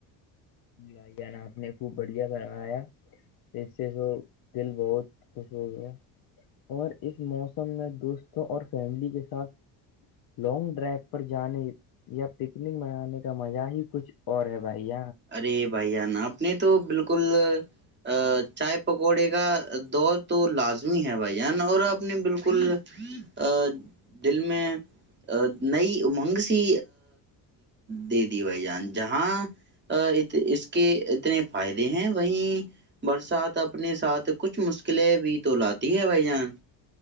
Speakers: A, on the left; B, on the right.
A: بھائیان آپ نے خوب بڑھیا کروایا اس سے س دل بہت خوش ہو گیا اور اس موسم میں دوستوں اور فیملی کے ساتھ لانگ ڈرائیو پر جانے یا پکنک منانے کا مزہ ہی کچھ اور ہے بھائی
B: ارے بھائی ن آپ نے تو بالکل ا چائے پکوڑے کا دور تو لازمی ہے بھائی جان اور اپ نے بالکل ا دل میں نئی امنگ سی دے دی بھائی جان جہاں ا اس کے اتنے فائدے ہیں وہیں برسات اپنے ساتھ کچھ مشکلیں بھی تو لاتی ہے بھائی جان